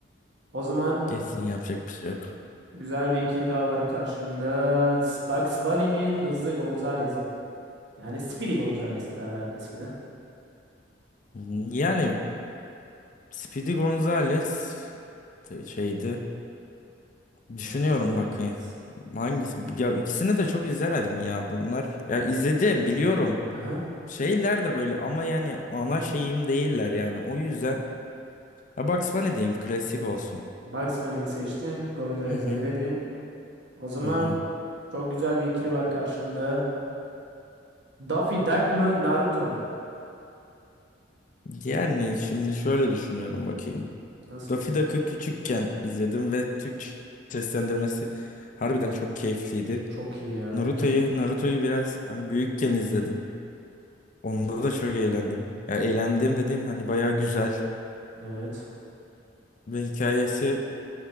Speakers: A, on the right; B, on the left.
A: O zaman
B: Kesin yapacak bir şey yok.
A: güzel bir ikili daha var karşımda. S- Bugs Bunny mi, Hızlı Gonzales mi? Yani Speedy Gonzales derlerdi eskiden.
B: Hmm, Yani Speedy Gonzales de- şeydi. Düşünüyorum
A: Evet.
B: bakayım. Hangisi? Ya ikisini de çok izlemedim ya bunlar. Ya izledim biliyorum.
A: Aha.
B: Şeyler de böyle ama yani ana şeyim değiller yani. O yüzden ya Bugs Bunny diyeyim klasik olsun.
A: Bugs Bunny'yi seçtin. Gonzalez'i
B: Hı hı.
A: eledin. O zaman
B: Hı hı.
A: çok güzel bir ikili var karşımda. Daffy Duck mı Naruto mu?
B: Yani şimdi şöyle düşünüyorum bakayım.
A: Nasıl?
B: Daffy Duck'ı küçükken izledim ve Türkçe seslendirmesi harbiden çok keyifliydi.
A: Çok iyi ya
B: Naruto'yu
A: gerçekten.
B: Naruto'yu biraz hani büyükken izledim. Onda da çok eğlendim. Ya eğlendim dediğim hani bayağı güzel
A: Evet.
B: ve hikayesi